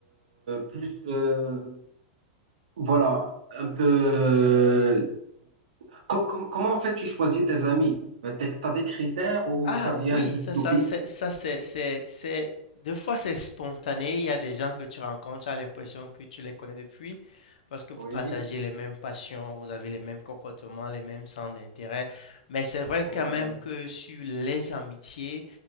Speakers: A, on the right; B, on the left.
A: plus... euh, voilà, un peu. euh, co- com- comment en fait tu choisis tes amis? Euh, t'es- T'as des critères ou
B: Ah
A: ça vient
B: oui,
A: juste
B: ça, ça,
A: au pif?
B: c'est, ça, c'est, c'est, c'est, des fois c'est spontané. Il y a des gens que tu rencontres, tu as l'impression que tu les connais depuis parce que vous
A: Oui.
B: partagez les mêmes passions, vous avez les mêmes comportements, les mêmes centres d'intérêt. Mais c'est vrai quand
A: Ouais.
B: même que sur les amitiés,